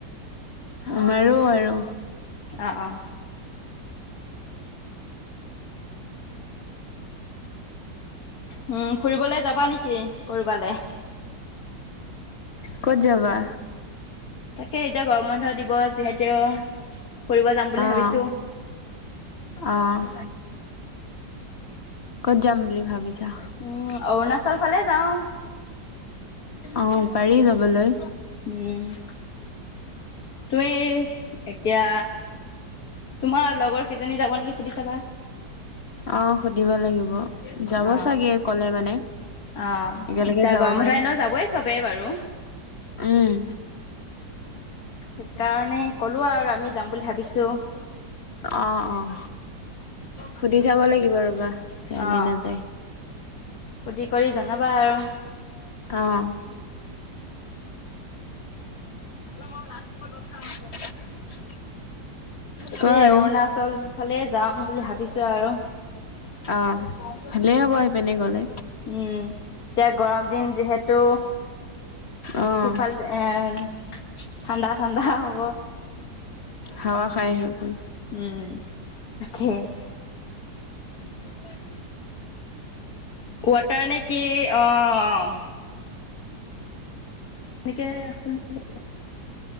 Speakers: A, on the left; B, on the left.
A: আমাৰো আৰু
B: অ অ। উম্ ফুৰিবলে যাবা নেকি কৰবালে?
A: ক'ত যাবা?
B: তাকে এতিয়া গৰম বন্ধ দিব যিহেতু, ফুৰিব যাম বুলি
A: অ',
B: ভাবিছো।
A: অ'। কত যাম বুলি ভাবিছা?
B: উম্ অৰুণাচল ফালে যাওঁ।
A: অঁ পাৰি যাবলে।
B: উম্। তুমি এতিয়া তোমাৰ লগৰ কিজনী যাব নেকি সুধি চাবা?
A: অ সুধিব লাগিব,
B: অ',
A: যাব চাগে কলে মানে।
B: অ'
A: একেলগে
B: এতিয়া
A: যাব
B: গৰম
A: পাৰিম,
B: বন্ধ এনেও যাবই চবেই বাৰু।
A: উম'।
B: সেইকাৰণে ক'লো আও আৰু আমি যাম বুলি ভাবিছো।
A: অঁ অঁ। সুধি চাব লাগিব ৰ'বা। যায়
B: অ,
A: নে নাযায়,
B: সুদি-কৰি জনাবা আৰু।
A: অঁ। <unintelligible>
B: তাকে
A: কোৱা আৰু
B: অৰুণাচল ফালে যাম বুলি ভাবিছো আৰু।
A: অ', ভালেই হ'ব সেইপিনে গলে।
B: উম' এতিয়া গৰম দিন যিহেতু,
A: অ',
B: সিফাল এ্ ঠাণ্ডা ঠাণ্ডা হ'ব।
A: হাৱা খাই আহিব পায়িম।
B: উম', তাখে।
A: <unintelligible>
B: কোৱাটাৰ নে কি? অ্ অ্ অ্ এনেকে আছে নহ'লে